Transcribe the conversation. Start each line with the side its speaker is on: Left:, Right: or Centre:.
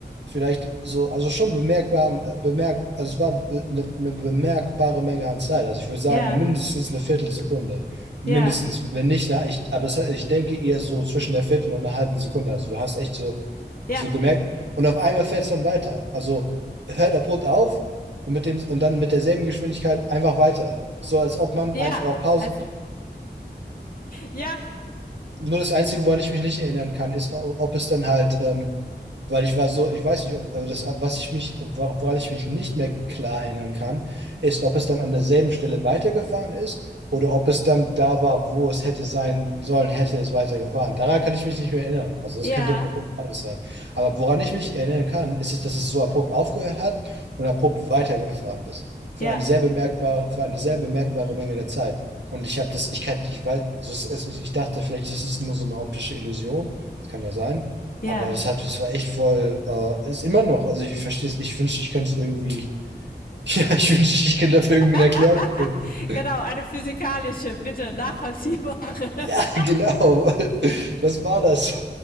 Right: vielleicht so, also schon bemerkbaren, äh, bemerk, also es war be- eine eine bemerkbare Menge an Zeit. Also ich würde sagen,
Left: Ja,
Right: mindestens eine Viertelsekunde. Mindestens,
Left: ja,
Right: wenn nicht, na, ich, aber es, hat- ich denke eher so zwischen der Viertel und einer halben Sekunde. Also du hast echt so
Left: ja,
Right: so gemerkt. Und auf einmal fährt es dann weiter. Also hört abrupt auf und, mit dem, und dann mit derselben Geschwindigkeit einfach weiter. So als ob man
Left: ja,
Right: einfach auf Pause.
Left: als, ja,
Right: Nur das Einzige, woran ich mich nicht erinnern kann, ist, ob es dann halt ähm, weil ich war so, ich weiß nicht, ob also das, was ich mich, woran ich mich nicht mehr klar erinnern kann, ist, ob es dann an derselben Stelle weitergefahren ist oder ob es dann da war, wo es hätte sein sollen, hätte es weitergefahren. Daran kann ich mich nicht mehr erinnern. Also das
Left: ja,
Right: könnte, könnte beides sein. Aber woran ich mich erinnern kann, ist es, dass es so abrupt aufgehört hat und abrupt weitergefahren ist. Für
Left: Ja,
Right: eine sehr bemerkbare, für eine sehr bemerkbare Menge der Zeit. Und ich habe das, ich, hab, ich weiß, also es, es, ich dachte, vielleicht ist es nur so eine optische Illusion. Das kann ja sein.
Left: ja.
Right: Aber das hat, das war echt voll, äh, ist immer noch, also ich verstehe es, ich wünschte, ich könnte es irgendwie, <laughs> ja, ich wünschte, ich könnte dafür irgendwie eine
Left: <laughs>
Right: Erklärung finden.
Left: genau, eine physikalische, bitte nachvollziehbare. <laughs>
Right: Ja, genau. <laughs> Was war das?